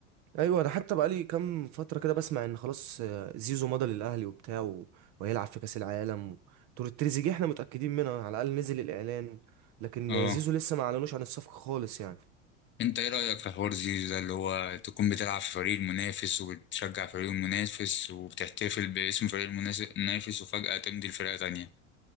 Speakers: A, on the right (about 45°); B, on the left (about 30°).
A: ايوه انا حتى بقالي كام فترة كده بسمع ان خلاص آه، زيزو مضى للاهلي وبتاع و... وهيلعب في كأس العالم تور التريزيجيه احنا متأكدين منها على الاقل نزل الاعلان لكن
B: اه
A: آه، زيزو لسه ما اعلنوش عن الصفقة خالص يعني
B: انت ايه رأيك في حوار زيزو ده اللي هو تكون بتلعب في فريق المنافس وبتشجع فريق المنافس وبتحتفل باسم فريق المنافس المنافس وفجأة تمضي لفرقة تانية